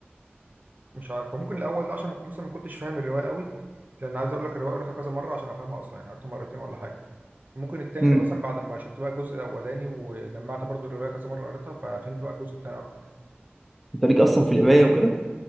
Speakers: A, on the right (about 45°); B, in the centre.
A: مش عارف وممكن الاول ده عشان ما كنت- مثلا ما كنتش فاهم الروايه قوي لان عايز اقول لك الروايه قريتها كذا مره عشان افهمها اصلا يعني قريتها مرتين ولا حاجه ممكن التاني
B: امم
A: ده مثلا بعد ما شفت بقى الجزء الاولاني وجمعت برضو الروايه كذا مره قريتها ففهمت بقى الجزء التاني اكتر
B: أنت ليك أصلا في القراية وكده؟